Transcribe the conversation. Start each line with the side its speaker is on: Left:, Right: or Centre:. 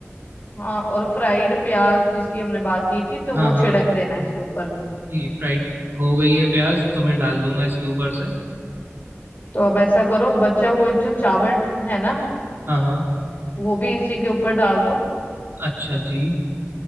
Left: हाँ और फ्राइड प्याज जिसकी हमने बात की थी तो
Right: हाँ
Left: वो
Right: हाँ
Left: छिड़क देना है इसके ऊपर
Right: जी फ्राइड हो गई है प्याज तो मैं डाल दूँगा इसके ऊपर से
Left: तो अब ऐसा करो बचे हुए जो चावल है ना
Right: हाँ हाँ
Left: वो भी इसी के ऊपर डाल दो
Right: अच्छा जी